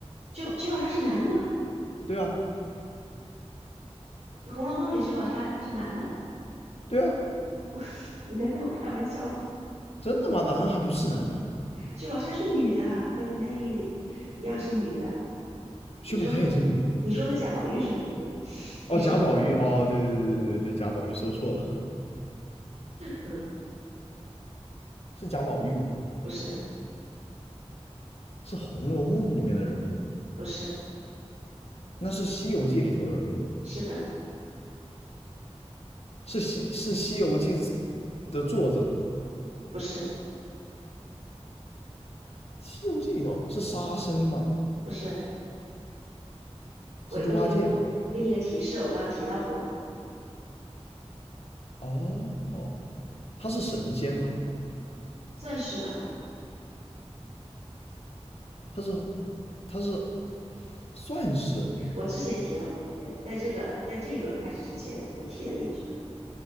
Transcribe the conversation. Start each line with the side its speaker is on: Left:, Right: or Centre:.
Right: 薛宝薛宝钗是男的吗？
Left: 对啊，
Right: 《红楼梦》里薛宝钗是男的？
Left: 对啊，
Right: <laughs> 你在跟我开玩笑吗？
Left: 真的吗？难道他不是男的？
Right: 薛宝钗是女的，跟林黛玉一样是女的。
Left: 薛宝钗也是女的？
Right: 你说，你说的贾宝玉是男的吧？<laughs> 你是吧？
Left: 哦，贾宝玉，哦，对对对对对贾宝玉说错了，
Right: 嗯，
Left: 是贾宝玉吗？
Right: 不是，
Left: 是《红楼梦》里面的人物吗？
Right: 不是，
Left: 那是《西游记》里头的人物吗？
Right: 是的，
Left: 是西是《西游记》的作者，
Right: 不是，
Left: 《西游记》里头是沙僧吗？
Right: 不是。我我给我我给你个提示，
Left: 是猪八戒吗？
Right: 我刚刚提到过，
Left: 哦，他是神仙吗？
Right: 算是吧。
Left: 他是他是算是
Right: 我之前提到过，对，在这个在这一轮开始之前，我提了一句，